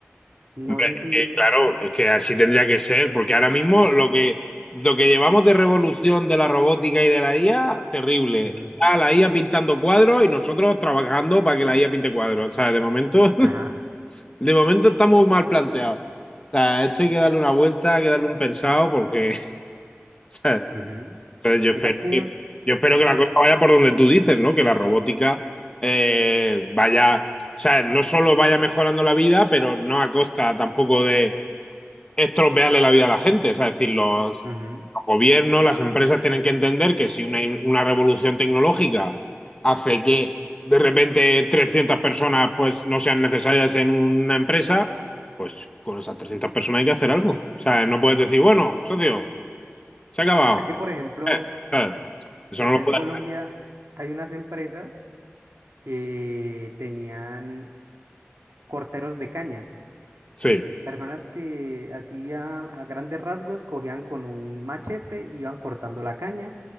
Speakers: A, on the right; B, on the left.
A: No
B: Hombre,
A: sé
B: es
A: si...
B: que, claro, es que así tendría que ser, porque ahora mismo lo que, lo que llevamos de revolución de la robótica y de la IA, terrible.
A: Ujú,
B: Está la IA pintando cuadros y nosotros trabajando para que la IA pinte cuadros. O sea, de momento, <laughs>
A: Ajá.
B: de momento estamos mal planteados. O sea, esto hay que darle una vuelta, hay que darle un pensado, porque, <laughs> ¿sabes?
A: ujú.
B: Entonces yo espero,
A: Mira que...
B: que- yo espero
A: res-
B: que la cosa vaya por donde tú dices, ¿no? Que la robótica eh, vaya, o sea, no solo vaya mejorando la vida, pero no a costa tampoco de estropearle la vida a la gente. Es decir, los,
A: ujú.
B: los gobiernos, las empresas tienen que entender que si una, una revolución tecnológica hace que de repente 300 personas pues no sean necesarias en una empresa, pues con esas 300 personas hay que hacer algo. O sea, no puedes decir, bueno, socio, se ha acabado.
A: Mira que, por ejemplo,
B: Eh, eh, eso
A: acá
B: no lo puedes.
A: en Colombia hay unas empresas que tenían corteros de caña.
B: Sí,
A: Personas que así a, grandes rasgos cogían con un machete, iban cortando la caña